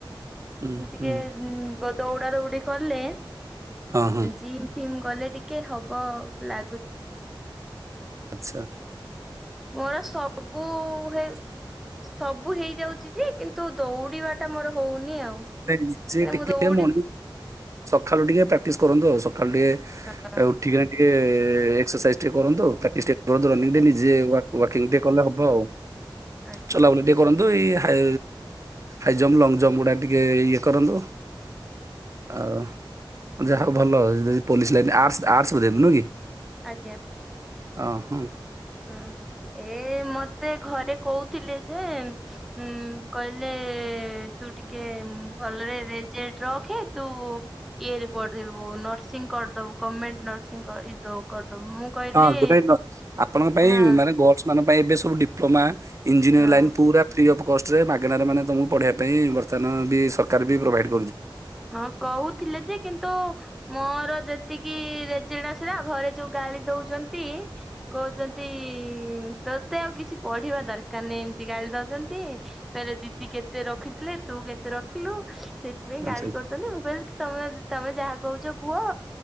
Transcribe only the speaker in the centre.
ଟିକେ
ଦୌଡା ଦୌଡି କଲେ
ଜିମ୍ ଫିମ୍ ଗଲେ ଟିକେ ହବ ଲାଗୁ
ମୋର ସବୁ ହେ ସବୁ ହେଇଯାଉଛି ଯେ କିନ୍ତୁ ଦୌଡିବାଟା ମୋର ହଉନି ଆଉ।
ମାନେ
ମୁଁ ଦୌଡି
ହଁ
ଆଜ୍ଞା
ଆଜ୍ଞା
ହଁ
ଆଜ୍ଞା।
ହଁ ଏ ମତ ମତେ ଘରେ କହୁଥିଲେ ଯେ ଉ କହିଲେ ତୁ ଟିକେ ଉ ଭଲରେ ରେଜଲ୍ଟ ରଖେ ତୁ ଇଏ ରେ ପଢଦେବୁ ନର୍ସିଂ କରିଦବୁ ଗଭଣମେଣ୍ଟ ନ ଇ ଦଉ କରିଦବ ମୁଁ କହିଲି
ହଁ
ହଁ।
ହଁ କହୁଥିଲେ ଯେ କିନ୍ତୁ ମୋର ଯେତିକି ରେଜେଲେଟ <inaudible> ସା ଘରେ ଯୋଉ ଗାଳି ଦଉଛନ୍ତି କହୁଛନ୍ତି। ତୋତେ ଆଉ କିଛି ପଢିବା ଦରକାର ନାହିଁ ଏମିତି ଗାଳି ଦଉଛନ୍ତି କହିଲେ ଦିଦି କେତେ ରଖିଥିଲେ। ତୁ କେତେ ରଖିଲୁ ସେଇଥିପାଇଁ
ଗାଳି କରୁଛନ୍ତି ମୁଁ କହିଲି ତମେ ତମେ ଯାହା। କହୁଛ କୁହ